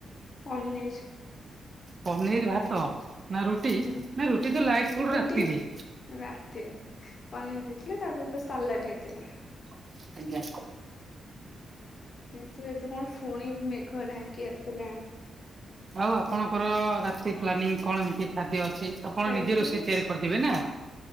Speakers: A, on the left; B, on the right.
A: ପନିର୍
B: ପନିର୍ ଭାତ ନା ରୁଟି
A: ଉଁ
B: ନା ରୁଟି ତ ଲାଇଟ ଫୁଡ଼
A: ରୁଟି
B: ରାତିରେ।
A: ରାତିରେ ପନିର୍ ଦେଇଥିଲେ ତା ସହିତ ସାଲାଟ୍ ହେଇଥିଲା।
B: <inaudible>
A: ଏସୁ ଏବେ କଣ ଫୁଣି ମେଘ ଢାଙ୍କି ଆସିଲାଣି।
B: ଆଉ ଆପଣଙ୍କର ରାତି ପ୍ଲାନିଂ କଣ ଏମିତି ଖାଦ୍ୟ ଅଛି, ଆପଣ
A: ସେମିତି
B: ନିଜେ ରୋଷେଇ
A: କିଛି
B: ତିଆରି କରିଦେବେ ନା।